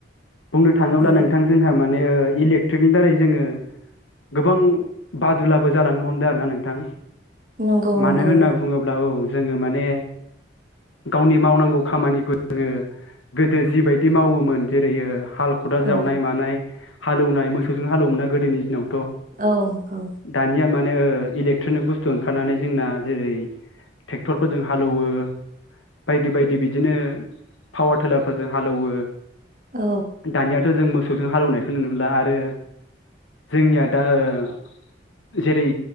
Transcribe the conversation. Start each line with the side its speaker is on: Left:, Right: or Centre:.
Left: बुंनो थाङोब्ला
Right: औ
Left: नोंथां जोंहा माने ओ इलेक्ट्रिकनि दारै जोङो गोबां बादुलाबो जालांनो हमदों आर ना नोंथां।
Right: नंगौ
Left: मानो
Right: नंगौ
Left: होनना बुङोब्ला औ जोङो माने गावनि मावनांगौ खामानिखौ जोङो गोदो जिबायदि बिदि मावोमोन जेरै हाल खदाल
Right: औ
Left: जावनाय मानाय हालेवनाय मोसौजों हालेवोमोन ना गोदोनि दिनाव
Right: औ औ
Left: दानिया मा नो इलेट्रनिक बुस्थु ओंखारनानै जोंना जेरै ट्रेक्टरफोरजों हालौवो बायदि बायदि बिदिनो पावार टेलारफोरजों हालौवो
Right: औ
Left: दानियाथ' जों मो सौजों हालेवनायखौ नुनो मोनला आरो जोंनिया दा ओ जेरै